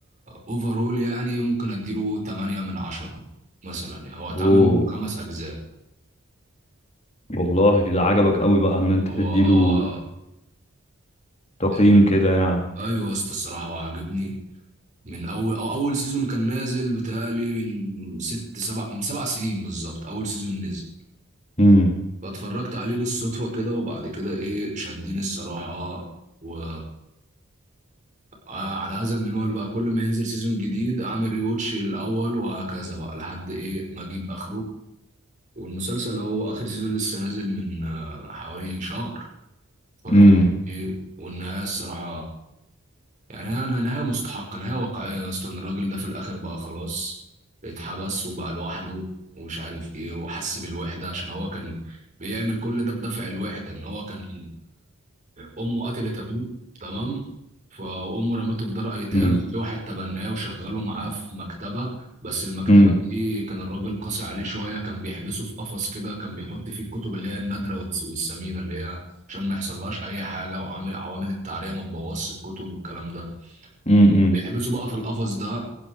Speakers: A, on the right; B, on the left.
A: اوفرول يعني ممكن اديله 8 من 10 مثلا يعني هو اتعمل
B: اوه
A: منه خمس اجزاء
B: والله ده عجبك
A: آه.
B: قوي بقى ان انت
A: هو
B: تديله
A: اه
B: تقييم
A: إن-
B: كده يعني
A: ايوه يا اسطى الصراحه هو عاجبني من اول أو اول سيزون كان نازل بتهيألي من ست سبع من سبع سنين بالظبط اول سيزون نزل
B: امم
A: فاتفرجت عليه بالصدفه كده وبعد كده ايه شدني الصراحه و آه، على هذا المنوال بقى كل ما ينزل سيزون جديد اعمل ريوتش الاول وهكذا بقى لحد ايه ما اجيب اخره والمسلسل اهو اخر سيزون لسه نازل من آه، حوالي شهر اتفرجت
B: امم
A: ايه والنهايه الصراحه يعني انا نهايه مستحقه نهايه واقعيه اصلا الراجل ده في الاخر بقى خلاص اتحبس وبقى لوحده ومش عارف ايه وحس بالوحده عشان هو كان بيعمل كل ده بدافع الوحده ان هو كان امه قتلت ابوه تمام فامه رمته في دار ايتام
B: امم
A: في واحد تبناه وشغله معاه في مكتبه بس المكتبه
B: امم
A: دي كان الراجل قاسي عليه شويه كان بيحبسه في قفص كده كان بيحط فيه الكتب اللي هي النادره والس- والثمينه اللي هي عشان ما يحصلهاش اي حاجه وعامل عوامل التعريه ما تبوظش الكتب والكلام ده
B: امم
A: بيحبسه بقى في القفص ده